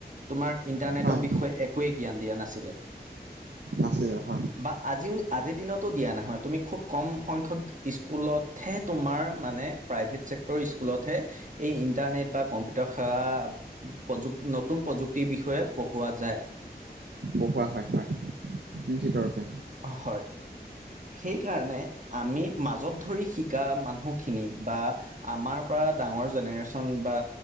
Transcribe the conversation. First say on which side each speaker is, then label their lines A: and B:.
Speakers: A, on the right (about 50°); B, on the right (about 90°).
A: তোমাৰ ইণ্টাৰনেটৰ
B: হয়
A: বিষয়ে একোৱেই জ্ঞান দিয়া নাছিলে।
B: আছিলে হয়।
A: বা আজিও আজিৰ দিনতো দিয়া নহয়, তুমি খুব কম সংখ্যক স্কুলতহে তোমাৰ মানে প্ৰাইভেট চেক্টৰৰ স্কুলতহে এই ইণ্টাৰনেট বা কম্পিউটাৰ সেৱা প্ৰযুক নতুন প্ৰযুক্তিৰ বিষয়ে পঢ়োৱা যায়।
B: পঢ়োৱা হয়, হয়, নিশ্চিতৰূপে।
A: হয়। সেইকাৰণে আমি মাজত ধৰি শিকা মানুহখিনি বা আমাৰপৰা ডাঙৰ জেনেৰেশ্যন বা